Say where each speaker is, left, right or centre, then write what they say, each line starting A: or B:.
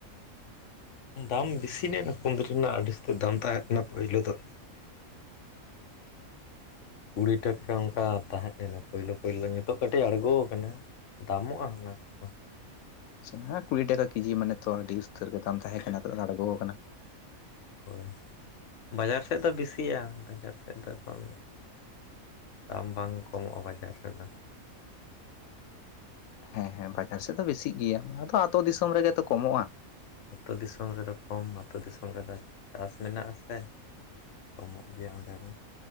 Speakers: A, on the left (about 65°); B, on the left (about 85°).
A: ᱫᱟᱢ ᱵᱮᱥᱤ ᱞᱮᱱᱟ ᱠᱩᱱᱫᱽᱨᱤ ᱨᱮᱱᱟᱜ ᱟᱹᱰᱤᱩᱥᱛᱟᱹᱨ ᱫᱟᱢ ᱛᱟᱦᱮᱸ ᱠᱟᱱᱟ ᱯᱳᱭᱞᱳ ᱫᱚ ᱠᱩᱲᱤ ᱴᱟᱠᱟ ᱚᱱᱠᱟ ᱛᱟᱦᱮᱸᱜ ᱞᱮᱱᱟ ᱯᱳᱭᱞᱳ ᱯᱳᱭᱞᱳ ᱱᱤᱛᱚᱜ ᱠᱟᱹᱴᱤᱡ ᱟᱬᱜᱚ ᱠᱟᱱᱟ ᱫᱟᱢᱚᱜᱼᱟ ᱚᱱᱟ ᱠᱚᱫᱚ
B: ᱟᱪᱪᱷᱟ ᱠᱩᱲᱤ ᱴᱟᱠᱟ ᱠᱮᱡᱤ ᱢᱟᱱᱮᱛᱚ ᱟᱹᱰᱤ ᱩᱥᱛᱟᱹᱨ ᱜᱮ ᱫᱟᱢ ᱛᱟᱦᱮᱸ ᱠᱟᱱᱟ ᱱᱤᱛᱚᱜ ᱫᱚ ᱟᱬᱜᱚ ᱠᱟᱱᱟ
A: ᱦᱳᱭ ᱵᱟᱡᱟᱨ ᱥᱮᱫ ᱫᱚ ᱵᱮᱥᱤᱜᱼᱟ ᱵᱟᱡᱟᱨ ᱥᱮᱫ ᱱᱤᱛᱚᱜ ᱫᱚ ᱮᱠᱷᱚᱱ ᱫᱟᱢ ᱵᱟᱝ ᱠᱚᱢᱚᱜᱼᱟ ᱵᱟᱡᱟᱨ ᱨᱮᱫᱚ
B: ᱦᱮᱸ ᱦᱮᱸ ᱵᱟᱡᱟᱨ ᱥᱮᱫ ᱫᱚ ᱵᱮᱥᱤᱜ ᱜᱮᱭᱟ ᱟᱫᱚ ᱟᱛᱳ ᱫᱤᱥᱚᱢ ᱨᱮᱜᱮ ᱛᱚ ᱠᱚᱢᱚᱜ ᱟ
A: ᱟᱛᱳ ᱫᱤᱥᱚᱢ ᱨᱮᱫᱚ ᱠᱚᱢ ᱟᱛᱳ ᱫᱤᱥᱚᱢ ᱨᱮᱫᱚ ᱪᱟᱥ ᱢᱮᱱᱟᱜ ᱟᱥᱮ ᱠᱚᱢᱚᱜ ᱜᱮᱭᱟ ᱚᱸᱰᱮ ᱫᱚ